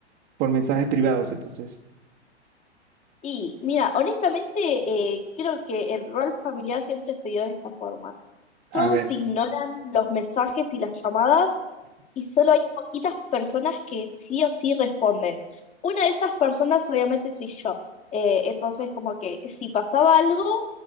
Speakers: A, on the right; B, on the left.
A: por mensajes privados. Entonces,
B: Y mira, honestamente, eh, creo que el rol familiar siempre se dio de esta forma.
A: a
B: Todos
A: ver.
B: ignoran los mensajes y las llamadas y solo hay poquitas personas que sí o sí responden. Una de esas personas obviamente soy yo. Eh, entonces, como que si pasaba algo